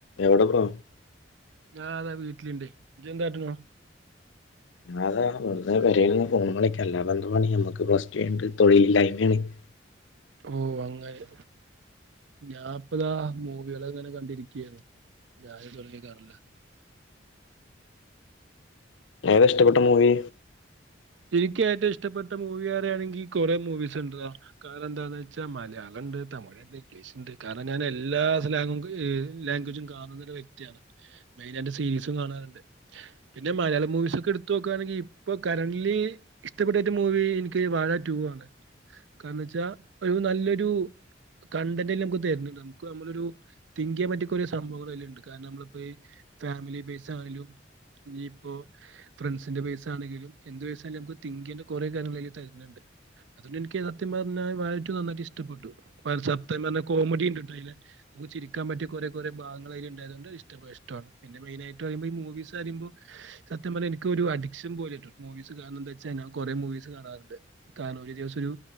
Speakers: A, on the left (about 90°); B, on the right (about 75°).
A: എവിടെ ബ്രോ
B: ഞാ അതെ വീട്ടിൽ ഇണ്ട് ഇജ് എന്താ കാട്ടുണു
A: അതാണ് വെറുതെ പേരെൽ നിന്ന്‌ ഫോണിമ്മെ കളിക്ക അല്ലാതെ എന്തു പണി നമക്ക് പ്ലസ് ടു കഴിഞ്ഞിട്ട് തൊഴിൽ ഇല്ലായ്മയാണ് ഉ <unintelligible>
B: ഓ അങ്ങനെ ഞാ ഇപ്പതാ മൂവികൾ അങ്ങനെ കണ്ടിരിക്കായിരുന്നു രാവിലെ തൊടങ്ങിയ കണലാ
A: ഏതാ ഇഷ്ടപ്പെട്ട മൂവി
B: ഇൻക്ക് ഏറ്റവും ഇഷ്ടപ്പെട്ട മൂവി പറയാണെങ്കി കുറെ മൂവീസ് ഇണ്ടടാ കാരണം എന്താന്ന് വെച്ചാ മലയാളം ഇണ്ട് തമിഴ് ഇണ്ട് ഇംഗ്ലീഷ് ഇണ്ട് കാരണം ഞാൻ എല്ലാ സ്ലാങ്ങും ലാംഗ്വേജും കാണുന്ന ഒരു വ്യക്തിയാണ് വൈനന്റെ സിസ് ന്ന് പർണെ ഇണ്ട് പിന്നെ മലയാളം മൂവിസ് ഒക്കെ ഇട്ത്തോക്കാണെങ്കി ഇപ്പ കരന്റ്ലി ൽ ഇഷ്ടപ്പെട്ട മൂവി എനിക്ക് വാഴ ടു ആണ് കാരണംന്ന് വെച്ചാ ഒരു നല്ലൊരു കണ്ടന്റ് എല്ലാം നമുക്ക് തെരൺ ഇണ്ട് നമുക്ക് നമ്മളൊരു തിങ്ക്‌ ചെയ്യാൻ പറ്റിയ കൊറെ സംഭവങ്ങൾ അയിൽ ഇണ്ട് കാരണം നമ്മൾ ഇപ്പ ഈ ഫാമിലി ബേസ് ആണെലും ഇനി ഇപ്പോ ഫ്രണ്ട്സിന്റെ ബേസ് ആണെങ്കിലും എന്ത് ബേസ് ആയാലും നമുക്ക് തിങ്ക് ചെയ്യെണ്ട കുറെ കാര്യങ്ങൾ അയിൽ തര്ന്ന്ണ്ട് അതുകൊണ്ട് എനിക്ക് സത്യം പർണ വാഴ റ്റു നന്നായിട്ട് ഇഷ്ടപ്പെട്ടു സത്യം പർണാ കോമഡി ഇണ്ട്ട്ടോ അയിൽ നമുക്ക് ചിരിക്കൻ പറ്റിയ കുറെ കുറെ ഭാഗങ്ങൾ അയിൽ ഇണ്ടായൊണ്ട് ഇഷ്ടപ്പെ ഇഷ്ടാണ് പിന്നെ മെയിനായിട്ട് പറയുമ്പോ ഈ മൂവീസ് പറിമ്പോ സത്യം പറയാ എനിക്കൊരു അഡിക്ഷൻ പോലെ ആയിട്ടുണ്ട് മൂവീസ് കാരണം എന്തു വെച്ചാ ഞാൻ കുറെ മൂവീസ് കാണാർ ഇണ്ട് കാരണം ഒരു ദിവസം ഒരു